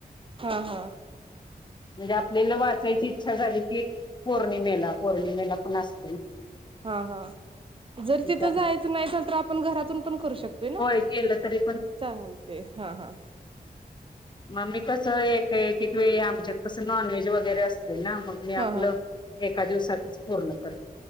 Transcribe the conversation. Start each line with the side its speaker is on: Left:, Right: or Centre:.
Right: हा हा
Left: म्हणजे आपल्याला वाचायची इच्छा झाली कि पौर्णिमेला पौर्णिमेला पण असत
Right: हा हा जरी
Left: त्यामुळे
Right: तिथं जायचं नाही असल तर आपण घरातून पण करू शकतोय ना
Left: होय केलं तरी
Right: चालते हा हा
Left: मगमी कस एक एक वेळी आमच्यात कसं नॉनव्हेज वगैरे असत ना मग मी
Right: हा
Left: आपलं
Right: हा
Left: एका दिवसातच पूर्ण कर